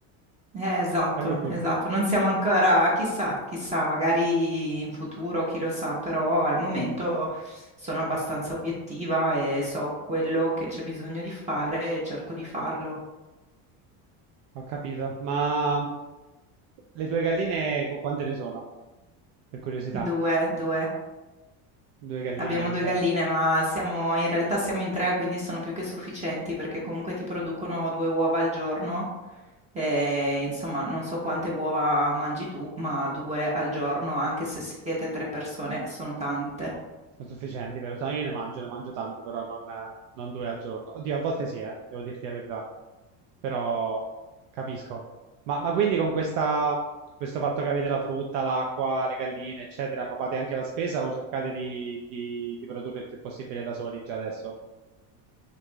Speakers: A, on the right; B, on the right.
A: eh, esatto,
B: A quel punto
A: esatto, non siamo ancora, chissà, chissà, magari in futuro, chi lo sa, però al momento sono abbastanza obiettiva e so quello che c'è bisogno di fare e cerco di farlo.
B: ho capito. Ma le tue galline qu- quante ne sono? Per curiosità,
A: Due, due.
B: due galline,
A: Abbiamo
B: che
A: due
B: bello.
A: galline, ma siamo, in realtà siamo in tre, quindi sono più che sufficienti perché comunque ti producono due uova al giorno E, insomma, non so quante uova mangi tu, ma due al giorno, anche se siete tre persone, sono tante.
B: Sono sufficienti, vero? No, io ne mangio, ne mangio tante, però non, non due al giorno. Oddio, a volte sì, eh, devo dirti la verità. Però capisco. Ma, ma quindi con questa, questo fatto che avete la frutta, l'acqua, le galline, eccetera, ma fate anche la spesa o cercate di, di di produrre il più possibile da soli già adesso?